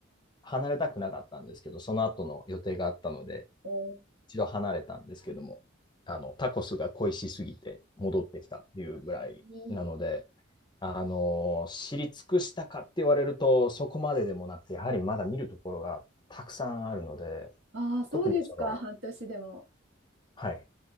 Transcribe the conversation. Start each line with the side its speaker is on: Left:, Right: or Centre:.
Left: 離れたくなかったんですけど、その後の予定があったので、
Right: え
Left: 一度離れたんですけども、あの、タコスが恋しすぎて戻ってきたっていうぐらいなので、
Right: ー
Left: あの、知り尽くしたかって言われると、そこまででもなくて、やはりまだ見るところがたくさんあるので、
Right: ああ、そうですか、
Left: 特にその、
Right: 半年でも。
Left: はい、